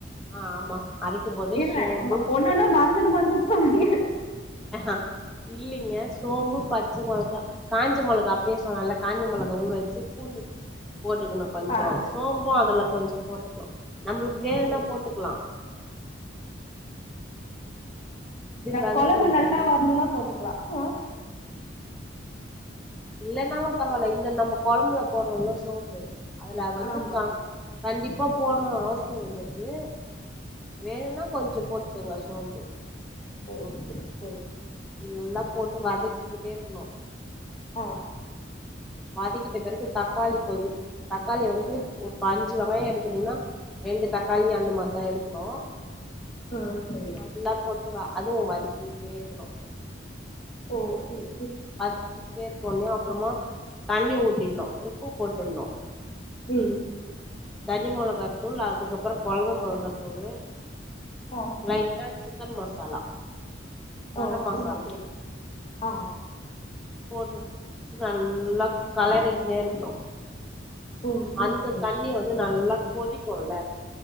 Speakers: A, in the centre; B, on the left.
A: ஆ ஆமா அரைக்கும் போதே
B: ஏன
A: சோம்பு
B: ஒன்னொன்னா மருதுன்னு மறந்துட்டு போறீங்க
A: அஹஹ இல்லைங்க சோம்பு பச்ச மிளக காஞ்ச மிளக அப்பயே சொன்னல காஞ்ச மிளக ஊற வச்சு பூண்டு போட்டுக்கணும் கொஞ்சம்
B: ஆ சேரி
A: சோம்பம் அதுல
B: ஆ
A: கொஞ்சம் போட்டுக்கணும் நம்மளுக்கு வேணனா
B: சேரி
A: போட்டுக்கலாம்
B: ந
A: வதக்குறோ
B: குழம்பு நல்லா
A: பாத்தீங்களா
B: வரணும்னா போட்டுக்கலாம்ஹ
A: இல்லன்னா பரவாயில்ல இந்த நம்ம குழம்புல போடுறோம்ல சோம்பு அதுல வந்து
B: ஆமா
A: கண்டிப்பா போடணும் அவசியம் கிடையாது வேணும்னா கொஞ்சம் போட்டுக்கோங்க சோம்பு
B: ஓகே சரி
A: நல்ல போட்டு வதச்சுக்கிட்டே இருக்கணும்
B: ஆ
A: வதிக்கிட்ட பிறகு தக்காளி கொ தக்காளி வந்து ஒரு அஞ்சு வகைய எடுக்கறீங்கன்னா ரெண்டு தக்க காளி அந்த மாதிரி தா எடு ஹலோ
B: ஆ சரி
A: நல்லா போட்டு வா அதுவு வதக்கி சேர்க்கணு
B: ஓ ச
A: அது <unintelligible> அப்புறமா தண்ணி ஊத்திணு உப்பு போட்டுணு
B: உம்
A: தனி மொளகாத்தூள் அதுக்கப்பற கொழம்ப மொளகாத்தூள்
B: ஆ
A: லைட்டா சிக்கன் மசாலா கரம்
B: ஓ
A: மசாலா
B: சேரி சேரி ஆ
A: போட்டு நல்லா கலரிங்கேயிருக்கனு
B: ஓ சேரி
A: அந்த
B: சேரி
A: தண்ணி வந்து நல்லா கொதிக்குல்ல